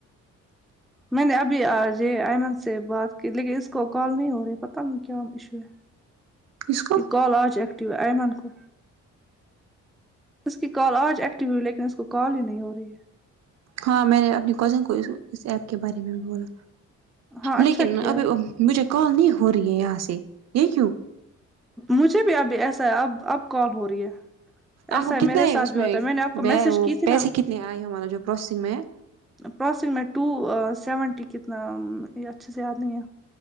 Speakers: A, in the centre; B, on the right.
A: میں نے ابھی آج ہی ایئمن سے بات کی لیکن اس کو کال نہیں ہو رہی ہے پتہ نہیں کیا ایشو ہے
B: ہے
A: اس
B: کو
A: کی کال آج ایکٹیو ہے ایمان کو اس کی کال آج ایکٹیو ہوئی ہے لیکن اس کو کال ہی نہیں ہو رہی ہے
B: ہاں میں نے اپنی کزن کو اس ایپ کے بارے میں بولا
A: ہاں اچھا
B: لیکن
A: کیا
B: ابھی مجھے کال نہیں ہو رہی ہے یہاں سے یہ کیوں
A: مجھے بھی ابھی ایسا ہے اب اب کال ہو رہی ہے
B: آپ
A: ایسا
B: کو کتنا
A: میرے
B: ہے
A: ساتھ
B: اس
A: بھی
B: میں
A: ہوتا ہے نے آپ کو میسج
B: وہ
A: کی تھی
B: پیسے
A: نا
B: کتنے آئے ہو ہمارا جو پروسیسنگ میں ہے
A: پراسیگ میں ٹو سیونٹی کتنا اچھے سے یاد نہیں ہے